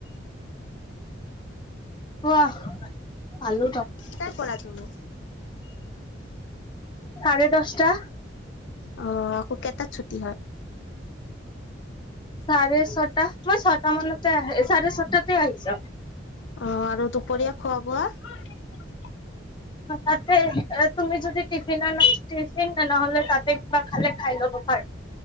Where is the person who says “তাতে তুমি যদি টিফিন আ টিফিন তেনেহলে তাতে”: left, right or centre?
Left